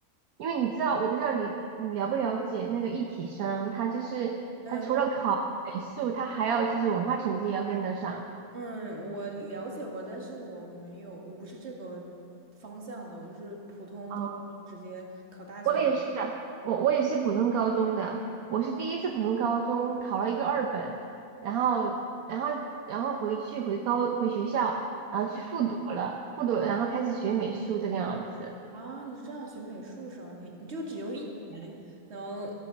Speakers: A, on the right (about 70°); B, on the right (about 45°).
A: 因为你知道，我不知道你你了不了解那个一体生，他就是他除了考美术，
B: 呃，
A: 他还要就是文化成绩也要跟得上。
B: 嗯，我了解过，但是我没有，我不是这个方向的，我就是普通高中就直接考大学。
A: 啊，我也是的，我我也是普通高中的，我是第一次普通高中考了一个二本，然后然后然后回去回高回学校，然后去复读了，
B: 嗯
A: 复读然后开始学美术这个样子。
B: 啊，你是这样学美术生，你你就只用一年能，